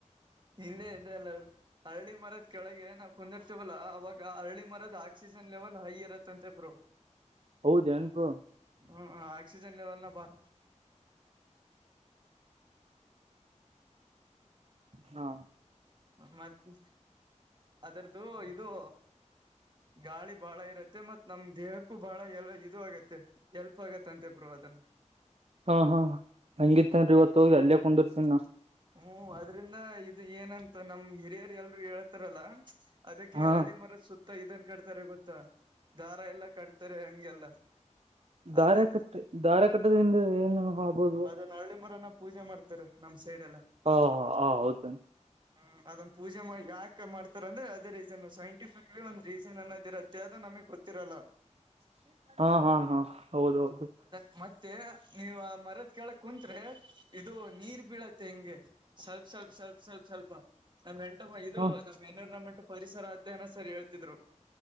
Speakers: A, on the right; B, on the right.
A: ಇಲ್ಲೇ ಇದ್ವಲ್ಲ ಅವರು ಅರಳಿ ಮರದ ಕೆಳಗೆ ನಾವು ಕುಂದಿರ್ತೇವಲ್ಲ ಅವಾಗ್ ಈಗ ಅರಳಿ ಮರದ ಆಕ್ಸಿಜನ್ ಲೆವೆಲ್ ಹೈ ಇರುತ್ತಂತೆ ಬ್ರೋ.
B: ಹೌದ ಏನ್ ಬ್ರೋ.
A: ಹ್ಮ್ ಹ್ಮ್ ಆಕ್ಸಿಜನ್ ಲೆವೆಲ್ನ ಬಾರೋ.
B: ಹಾ
A: ಮತ್ ಇದು ಅದ್ರುದು ಇದು. ಗಾಳಿ ಬಾಳ ಇರುತ್ತೆ ಮತ್ ನಮ್ ದೇಹಕ್ಕೂ ಬಾಳ ಎಲ್ಲ ಇದು ಆಗುತ್ತೆ. ಹೆಲ್ಪ್ ಆಗುತ್ತೆ ಅಂತೆ ಬ್ರೋ ಅದನ್ನು
B: ಹಾ ಹಾ ಹೆಂಗಿರ್ತಾಂದ್ರಿ ಇವತ್ತು ಅಲ್ಲೇ ಕುಂದಿರ್ತೇನ.
A: ಹು ಅದ್ರಿಂದ ಇದು ಏನಂತ ನಮ ಹಿರಿಯರ್ ಎಲ್ಲರೂ ಹೇಳ್ತಾರಲ್ಲ ಅದಕ್ಕೆ
B: ಹಾ
A: ಅರಳಿ ಮರದ ಸುತ್ತ ಇದನ್ ಕಟ್ತಾರೆ ಗೊತ್ತಾ ದಾರ ಎಲ್ಲಾ ಕಟ್ತಾರೆ ಹಂಗೆಲ್ಲ.
B: ಧಾರೆ
A: ಅದ್ರ
B: ಕಟ್ಟಿ ಧಾರಕಟ್ಟುವುದರಿಂದ ಏನು ಆಬೋದು.
A: ಅದುನ್ನ ಅರಳಿ ಮರನೊ ಪೂಜೆ ಮಾಡ್ತಾರೆ ನಮ್ ಸೈಡ್ ಎಲ್ಲ.
B: ಹಾ ಹ ಹ ಹೌದ.
A: ಹ್ಮ ಅದನ್ನ ಪೂಜೆ ಮಾಡ ಯಾಕೆ ಮಾಡ್ತಾರೆ ಅಂದ್ರೆ ಅದೇ ರೀತಿ ತೆನು ಸೈಂಟಿಫಿಕ್ಲಿ ಒಂದು ರೀಸನ್ ಅನ್ನೋದ್ ಇರುತ್ತೆ ಅದು ನಮಗೆ ಗೊತ್ತಿರಲ್ಲ.
B: <inaudible> ಹಾ ಹಾ ಹಾ ಹೌದ ಹೌದು.
A: ಅದಕ್ ಮತ್ತೆ ನೀವ ಮರದ ಕೇಳಕ್ ಕುಂತ್ರೆ ಇದು ನೀರ್ ಬೀಳತ್ತೆ ಹಿಂಗೆ. ಸ್ವಲ್ಪ ಸ್ವಲ್ಪ ಸ್ವಲ್ಪ ಸ್ವಲ್ಪ ಸ್ವಲ್ಪ ನಮ್ಮ ನಂಟಮ್ಮ ಇದು
B: ಹಾ
A: ನಮ್ ಮೆನ್ಯೂರ್ಮೆಂಟ್ ಪರಿಸರ ಅಧ್ಯಯನ ಸರ್ ಹೇಳ್ತಿದ್ರು.